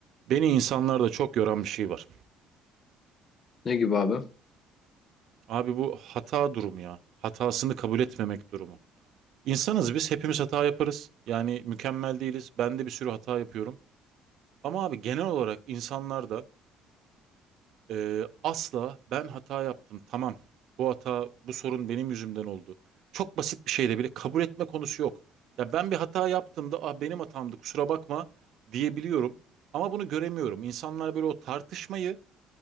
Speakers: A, on the right; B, on the left.
A: Beni insanlarda çok yoran bir şey var.
B: Ne gibi abi?
A: Abi bu hata durumu ya. Hatasını kabul etmemek durumu. İnsanız biz hepimiz hata yaparız. Yani mükemmel değiliz. Ben de bir sürü hata yapıyorum. Ama abi genel olarak insanlarda e, asla ben hata yaptım tamam. Bu hata bu sorun benim yüzümden oldu. Çok basit bir şeyde bile kabul etme konusu yok. Ya ben bir hata yaptığımda ah benim hatamdı kusura bakma diyebiliyorum. Ama bunu göremiyorum. İnsanlar böyle o tartışmayı